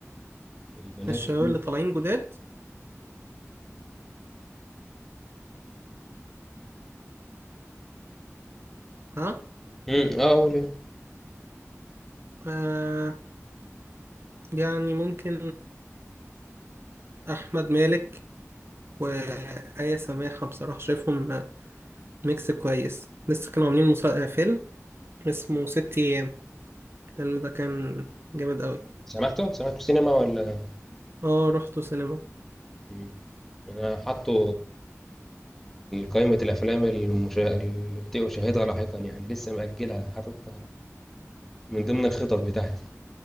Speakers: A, in the centre; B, on the right.
A: البنات
B: الشباب
A: مم.
B: اللي طالعين جداد ها
A: مم. اه قول إيه.
B: آه يعني ممكن احمد مالك وآية سماحة بصراحة شايفهم آه، ميكس كويس لسه كانوا عاملين مسا... آه، فيلم اسمه ست أيام الفيلم ده كان جامد أوي
A: سمعته سمعته سينما ولا
B: اه رحته سينما
A: مم. انا حاطه قائمة الأفلام المشا... التي أشاهدها لاحقا يعني لسه مأجلها حاططها من ضمن الخطط بتاعتي